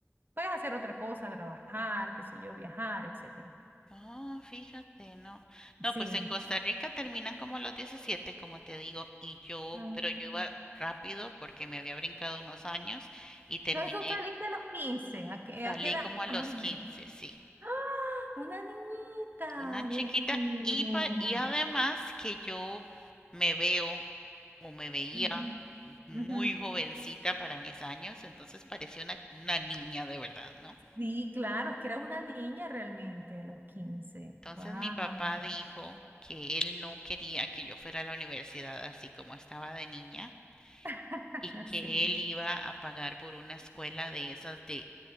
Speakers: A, on the right; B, on the left.
A: Puedes hacer otra cosa, trabajar, qué sé yo, viajar, etcétera.
B: No, fíjate, no. No,
A: Sí.
B: pues en Costa Rica terminan como a los 17 como te digo, y yo,
A: Ah,
B: pero
A: ok.
B: yo iba rápido porque me había brincado unos años y terminé,
A: Entonces tú saliste a los 15? ¿a qué,
B: salí
A: a qué edad
B: como a los
A: más o
B: quince
A: menos?
B: sí,
A: ¡Ah! Una niñita,
B: una chiquita
A: Dios mío.
B: y, pa- y además que yo me veo o me veía
A: Ujú,
B: muy
A: ujú.
B: jovencita para mis años, entonces parecía una, una niña de verdad, ¿no?
A: Sí, claro, es que era una niña realmente a los 15.
B: Entonces
A: Wow.
B: mi papá dijo que él no quería que yo fuera a la universidad así como estaba de niña
A: <laughs>
B: y que
A: Sí,
B: él iba a pagar por una escuela de esas de,